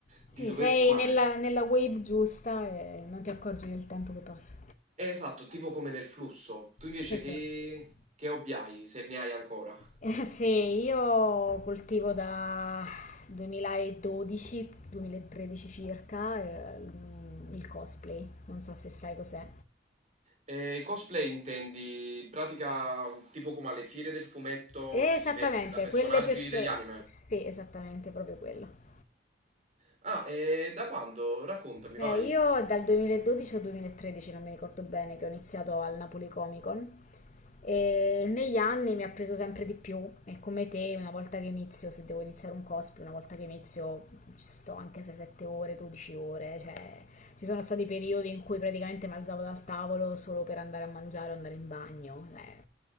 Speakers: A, on the left (about 40°); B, on the right (about 40°).
A: Sì,
B: di dover
A: sei
B: fumare.
A: nella, nella wave giusta e non ti accorgi del tempo che passa.
B: Eh, Esatto, tipo come nel flusso. Tu invece
A: sì, sì.
B: che,
A: <laughs>
B: che hobby hai, se ne hai ancora?
A: Eh, sì, io coltivo da 2012-2013 circa eh, il cosplay, non so se sai cos'è.
B: E i cosplay intendi, in pratica, tipo come alle fiere del fumetto
A: Esattamente,
B: ci si veste da personaggi
A: quelle persone...
B: degli anime?
A: Sì, esattamente, proprio quello.
B: Ah, e da quando? Raccontami,
A: Eh,
B: vai.
A: io è dal 2012 o 2013, non mi ricordo bene, che ho iniziato al Napoli Comic Con e negli anni mi ha preso sempre di più e come te, una volta che inizio, se devo iniziare un cosplay, una volta che inizio ci sto anche se 7 ore, 12 ore, cioè ci sono stati periodi in cui praticamente mi alzavo dal tavolo solo per andare a mangiare o andare in bagno, eh,